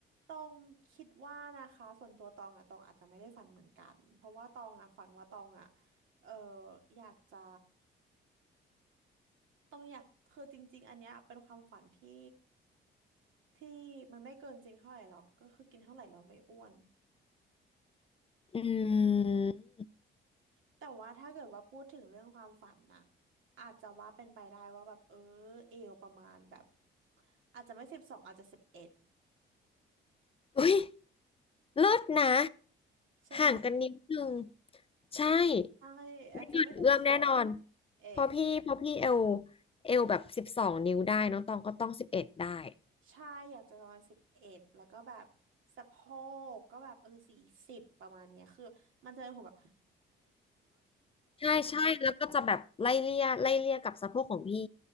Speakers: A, on the right (about 80°); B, on the left (about 30°).
A: ตองคิดว่านะคะส่วนตัวตองอะตองอาจจะไม่ได้ฝันเหมือนกันเพราะว่าตองอะฝันว่าตองอะเอออยากจะ ต้องอยากคือจริงๆอันเนี้ยเป็นความฝันที่ที่มันไม่เกินจริงเท่าไหร่หรอกก็คือกินเท่าไหร่เราไม่อ้วน
B: อืม
A: แต่ว่าถ้าเกิดว่าพูดถึงเรื่องความฝันน่ะอาจจะว่าเป็นไปได้ว่าแบบเออเอวประมาณแบบอาจจะไม่สิบสองอาจจะสิบเอ็ด
B: อุ้ยเลิศนะ
A: ใช่ไหม
B: ห่างกันนิดนึงใช่
A: ใช่อาจจะไม่สิบสอง
B: ไม่เกินเอื้อมแน่นอน
A: เอ็ด
B: เพราะพี่เพราะพี่เอลเอลแบบสิบสองนิ้วได้น้องตองก็ต้องสิบเอ็ดได้
A: ใช่อยากจะประมาณสิบเอ็ดแล้วก็แบบสะโพกก็แบบเออสี่สิบประมาณเนี้ยคือมันจะเป็นหุ่นแบบ
B: ใช่ใช่แล้วก็จะแบบไล่เลี่ยไล่เลี่ยกับสะโพกของพี่